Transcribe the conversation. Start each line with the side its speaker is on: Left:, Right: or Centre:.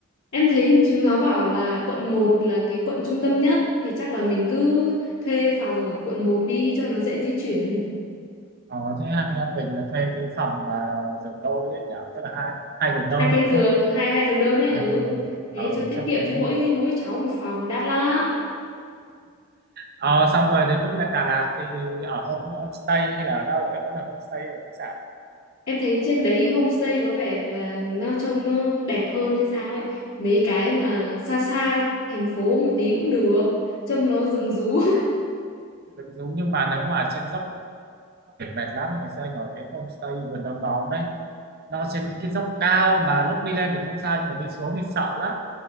Left: Em thấy chúng nó bảo là quận một là cái quận trung tâm nhất thì chắc là mình cứ thuê phòng ở quận một đi cho nó dễ di chuyển.
Right: Ờ, thế hai anh em mình là thuê cái phòng mà giường đôi ấy nhỉ? Tức là hai hai giường đơn
Left: Hai cái
Right: đấy đúng
Left: giường,
Right: không?
Left: hai hai giường đơn ấy
Right: À,
Left: ừ.
Right: hai giường đơn.
Left: Thế
Right: Ờ,
Left: cho tiết
Right: chắc
Left: kiệm
Right: thế
Left: cho
Right: thôi.
Left: mỗi mỗi cháu một phòng đắt lắm.
Right: Ờ, xong rồi đến lúc lên Đà Lạt thì ở home homestay hay là ở đâu? Em muốn ở homestay ở khách sạn.
Left: Em thấy trên đấy homestay có vẻ là nó trông nó đẹp hơn hay sao ấy. Mấy cái mà xa xa thành phố một tí cũng được, trông nó rừng rú.
Right: Giống giống nhưng mà nếu mà trên dốc biển mệt lắm, ngày xưa anh ở cái homestay vườn đom đóm đấy. Nó trên cái dốc cao mà lúc đi lên thì không sao nhưng mà đi xuống thì sợ lắm.